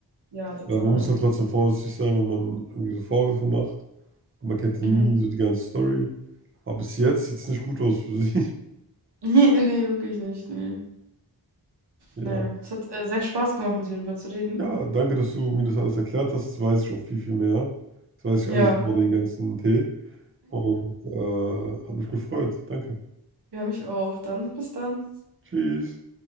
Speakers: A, on the right; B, on the right.
A: Ja, total.
B: Ja, man muss halt trotzdem vorsichtig sein, wenn man irgendwie so Vorwürfe macht. Und man kennt ja
A: Mhm.
B: nie so
A: <laughs>
B: die ganze Story. Aber bis jetzt sieht es nicht gut aus für sie. <laughs>
A: Nee, nee, wirklich nicht. Nee.
B: Ja.
A: Naja, es hat äh, sehr Spaß gemacht, mit dir darüber zu reden.
B: Ja, danke, dass du mir das alles erklärt hast. Jetzt weiß ich auch viel, viel mehr. Jetzt weiß
A: Ja,
B: ich alles über
A: Ja.
B: den ganzen Tee. Und äh, hat mich gefreut. Danke.
A: ja, mich auch. Dann, bis dann.
B: Tschüss.